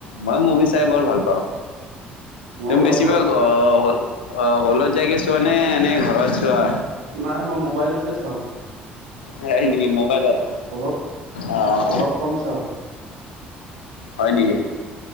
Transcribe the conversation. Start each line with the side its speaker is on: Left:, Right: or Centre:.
Left: মই মুভি চাই বৰ ভাল পাওঁ।
Right: ময়ো
Left: তুমি বেছি
Right: পাওঁ।
Left: ভাল আহ হ'ল অ হলত যাইগে চোৱা নে এনে ঘৰত চোৱা?
Right: নাই মই মোবাইলতে চাও।
Left: হ নেকি মোবাইল আছে
Right: হলত
Left: অঁ
Right: অলপ কম চাওঁ
Left: হয় নেকি?